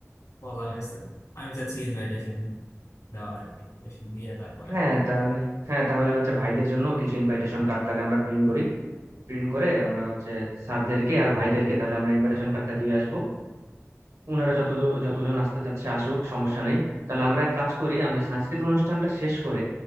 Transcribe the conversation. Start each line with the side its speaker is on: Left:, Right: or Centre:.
Left: বলা হয়েছে আমি চাচ্ছি ইনভাইটেশন দেওয়া আর ইনভিটেশন দিয়ে তারপরে
Right: হ্যাঁ
Left: আম-
Right: তাহলে হ্যাঁ তাহলে হচ্ছে ভাইদের জন্য কিছু ইনভাইটেশন কার্ড তাহলে আমরা প্রিন্ট করি প্রিন্ট করে আমরা হচ্ছে স্যারদেরকে আর ভাইদেরকে তাহলে আমরা ইনভাইটেশন কার্ডটা দিয়ে আসবো ওনারা যত যতজন আসতে চাচ্ছে আসুক সমস্যা নেই তাহলে আমরা এক কাজ করি আমাদের সাংস্কৃতিক অনুষ্ঠানটা শেষ করে